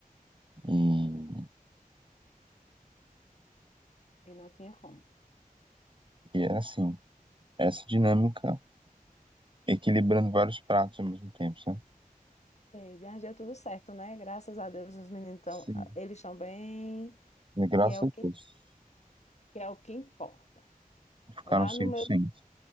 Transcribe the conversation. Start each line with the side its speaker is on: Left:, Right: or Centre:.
Right: e,
Left: e não tinha como.
Right: e era assim, essa dinâmica equilibrando vários pratos ao mesmo tempo, sabe?
Left: Sei, Mas deu tudo certo, né? Graças a Deus os meninos estão,
Right: Sim.
Left: eles estão bem,
Right: E graças
Left: que é o
Right: a
Left: que,
Right: Deus,
Left: que é o que importa.
Right: ficaram
Left: Lá
Right: 100%.
Left: no meu